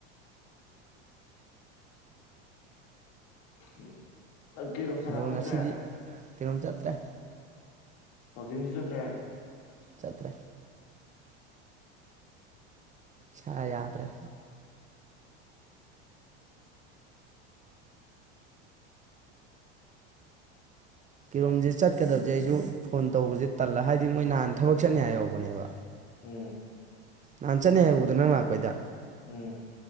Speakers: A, on the left; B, on the right.
A: ꯎꯝ ꯅꯪ ꯀꯦꯔꯣꯝ ꯁꯥꯟꯅꯕ
B: ꯕꯣꯜ
A: ꯆꯠꯇ꯭ꯔꯦ
B: ꯉꯁꯤꯗꯤ ꯀꯩꯅꯣꯝ ꯆꯠꯇ꯭ꯔꯦ
A: ꯋꯥꯀꯤꯡꯁꯨ ꯆꯠꯇ꯭ꯔꯦ
B: ꯆꯠꯇ꯭ꯔꯦ ꯏꯁꯥ ꯌꯥꯗ꯭ꯔꯦ ꯀꯤꯔꯣꯝꯁꯦ ꯆꯠꯀꯗꯕꯁꯦ ꯑꯩꯁꯨ ꯐꯣꯟ ꯇꯧꯕꯁꯦ ꯇꯜꯂ ꯍꯥꯏꯗꯤ ꯃꯣꯏ ꯅꯍꯥꯟ ꯊꯕꯛ ꯆꯠꯅꯤ ꯍꯥꯏ ꯌꯧꯕꯅꯦꯕ
A: ꯎꯝ
B: ꯅꯍꯥꯟ ꯆꯠꯅꯤ ꯍꯥꯏꯦꯛ ꯎꯗ ꯅꯪ ꯂꯥꯛꯄꯩꯗ
A: ꯎꯝ